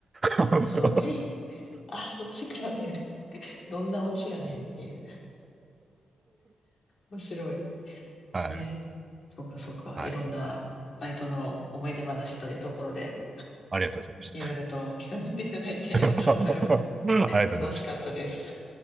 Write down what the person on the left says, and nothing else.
あ、そっち、<laughs> あ、そっちからで、どんなオチやねんっていう。面白い。
ねえ。そっかそっか。
いろんなバイトの思い出話というところで。
いろいろと聞かせていただいてありがとうございます。
楽しかったです。